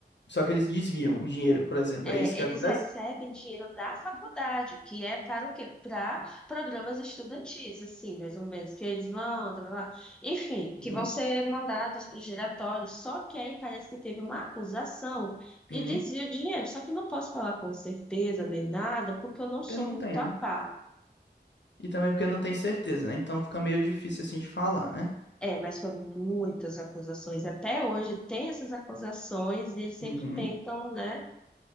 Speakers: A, on the left; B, in the centre.
A: só que eles desviam o dinheiro, por exemplo.
B: É,
A: É isso que
B: eles
A: acontece?
B: recebem dinheiro da faculdade, que é para o quê? Para programas estudantis, assim, mais ou menos, que eles vão, tá, tá, tá. enfim,
A: Uhum.
B: que vão ser mandados para o giratório. Só que aí parece que teve uma acusação de
A: Uhum.
B: desvio de dinheiro. Só que eu não posso falar com certeza nem nada, porque eu não sou
A: Porque não
B: muito
A: tem,
B: a
A: né?
B: par.
A: E também porque não tem certeza, né? Então fica meio difícil assim de falar, né?
B: É, mas foram muitas acusações. Até hoje tem essas acusações e eles sempre
A: Uhum.
B: tentam, né?